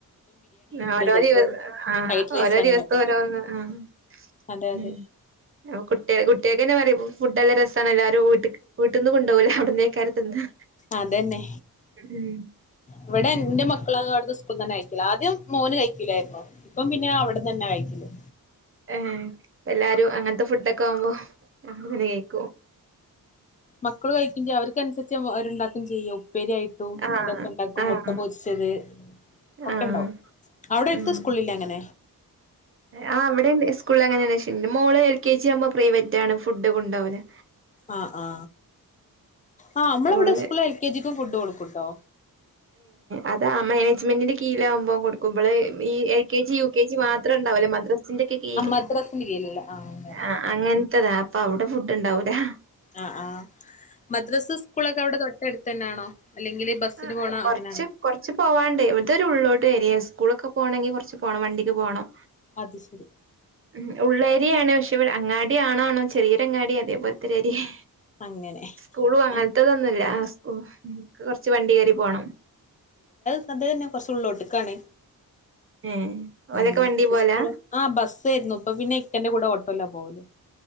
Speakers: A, on the right (about 35°); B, on the left (about 20°).
A: ആ ഓരോ
B: ചെലപ്പം
A: ദിവസ ആ
B: ഫ്രൈഡ് റൈസ്
A: ഓരോ
B: അങ്ങനെയൊക്കെ
A: ദിവസോരോന്ന് ആ ഉം
B: അതെ അതെ
A: അപ്പോ കുട്ടേക് കുട്ടിയേക്കന്നെ പറയും ഫുഡ് നല്ല രസാണ് എല്ലാരും വീട്ടിക്ക് വീട്ടിന്നു കൊണ്ടോവൂല അവിടന്നെക്കാര തിന്നാ
B: അതന്നെ
A: ഉം
B: ഇവിടെ എന്റെ മക്കളാ അവിടന്ന് സ്കൂളന്നെ കഴിക്കില്ല ആദ്യം മോന് കഴിക്കില്ലായിരുന്നു ഇപ്പം പിന്നെ അവിടന്ന് തന്നെയാ കഴിക്കല്
A: ആ എല്ലാരും അങ്ങനത്തെ ഫുഡൊക്കെ ആവുമ്പോ അവിടുന്നന്നെ കെയിക്കും
B: മക്കൾ കഴിക്കില്ല അവർക്കനുസരിച്ച് അവരുണ്ടാക്കും ചെയ്യും ഉപ്പേരിയായിട്ട് ട്ടും
A: ആഹ്
B: ഇതൊക്കെ ഉണ്ടാക്കും
A: ആഹ്
B: മുട്ട പൊരിച്ചത് ഒക്കെണ്ടാവും
A: ആഹ്
B: അവിടെയെടുത്ത്
A: ഉം
B: സ്കൂളില്ലേ അങ്ങനെ
A: ആ ഇവിടെ ഇണ്ട് സ് സ്കൂളിലങ്ങനെ വിശയം ഇല്ല മോള് എൽ കെ ജിആവുമ്പോ പ്രൈവറ്റാണ് ഫുഡ് കൊണ്ടോവല്
B: ആ ആ ആ നമ്മളവിടെ
A: ഓള്
B: സ്കൂളില് എൽ കെ ജിക്കും ഫുഡ് കൊടുക്കൂട്ടോ
A: അതാ ആ മാനേജ്മെന്റിന്റെ കീഴിലാകുമ്പോ കൊടുക്കുമ്പള് ഈ L K G U K G മാത്രം ഉണ്ടാവൂല്ലേ മദ്രസ് സിന്റെ ഒക്കെ കീഴില്
B: മദ്രസിന്റെ കീഴിലൊള്ള ആ അങ്ങനെ
A: ആ അങ്ങനത്തതാ അപ്പൊ അവിടെ ഫുഡ് ഒണ്ടാവൂലാ
B: ആ ആ മദ്രസാ സ്കൂളൊക്കെ അവിടെ തൊട്ടടുത്ത് തന്നാണോ അല്ലെങ്കില് ബസ്സിന്
A: ആ
B: പോണോ
A: അ കൊറച്ച്
B: അങ്ങനെയാണോ
A: കൊറച്ച് പോവാണ്ടേ ഇതൊരു ഉള്ളോട്ട് ഏരിയാ സ്കൂളൊക്കെ പോകണെങ്കി കൊറച്ച് പോണം വണ്ടിക്ക് പോകണം
B: അതുശെരി
A: ഉം ഉള്ളേരിയാണ് പക്ഷേവിടെ അങ്ങാടിയാണോന്നു ചെറിയൊരു അങ്ങാടി അതേപോലെത്തെ ഒരു ഏരിയാ
B: അങ്ങനെ
A: സ്കൂളും അങ്ങനത്തതൊന്നുമില്ല
B: ആഹ്
A: സ്കൂ ക്ക് ച്ച് വണ്ടികേറിപോണം
B: അതുതന്നെ കൊറച്ച് ഉള്ളോട്ടുക്കാണ്
A: ഏ ഓലൊക്കെ
B: ഉം
A: വണ്ടി പോലാ
B: ആ ബസ്സ്ആരുന്നു ഇപ്പൊ പിന്നെ ഇക്കാന്റെ കൂടെ ഓട്ടോലാ പോവല്